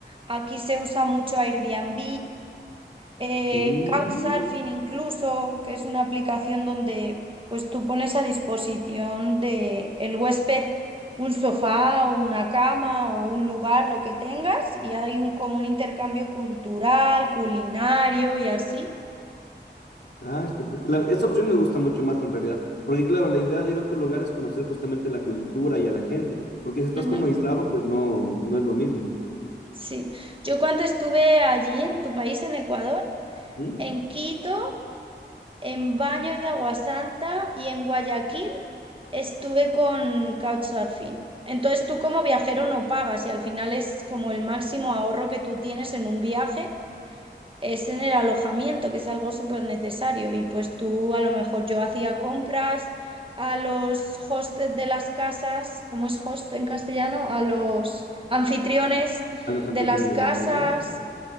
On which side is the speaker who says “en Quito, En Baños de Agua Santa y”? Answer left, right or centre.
Right